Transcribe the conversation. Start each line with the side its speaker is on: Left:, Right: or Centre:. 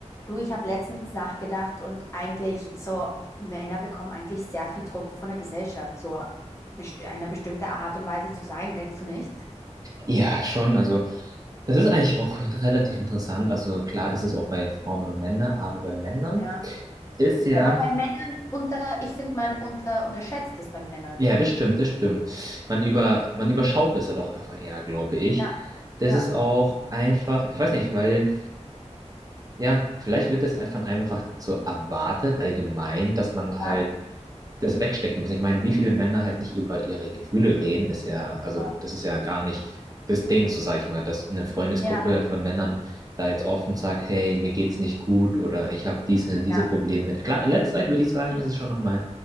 Left: Du, ich habe letztens nachgedacht und eigentlich so, Männer bekommen eigentlich sehr viel Druck von der Gesellschaft, so best einer bestimmte Art und Weise zu sein, denkst du nicht?
Right: Ja, schon. Also, das ist eigentlich auch relativ interessant. Also, klar, das ist auch bei Frauen und Männern, aber bei Männern
Left: Ja,
Right: ist ja,
Left: Ja, aber bei Männern unter, ich finde, man unter, unterschätzt es bei Männern.
Right: ja, das stimmt, das stimmt. Man über, man überschaut das halt auch einfach eher, glaube ich.
Left: ja,
Right: Das
Left: ja,
Right: ist auch einfach, ich weiß nicht, weil, ja, vielleicht wird das einfach von einem einfach so erwartet, allgemein, dass man halt
Left: ja,
Right: das wegstecken muss. Ich meine, wie viele Männer halt nicht über ihre Gefühle reden, ist ja, also
Left: ja,
Right: das ist ja gar nicht das Ding, so sage ich mal, dass eine Freundesgruppe
Left: ja.
Right: von Männern da jetzt offen sagt, hey, mir geht's nicht gut oder ich habe diese diese
Left: ja.
Right: Probleme. Klar, in letzter Zeit würde ich sagen, ist es schon nochmal,